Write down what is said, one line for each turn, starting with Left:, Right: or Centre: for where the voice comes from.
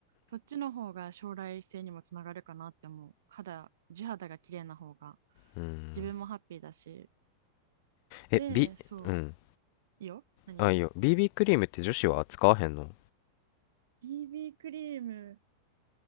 Right: そっちの方が将来性にもつながるかなって思う肌地肌が綺麗な方が
Left: うん。
Right: 自分もハッピーだし
Left: え、
Right: でそ
Left: B、うん。
Right: ういいよ何
Left: あ、いいよ。b クリームって女子は使わへんの
Right: BB クリーム、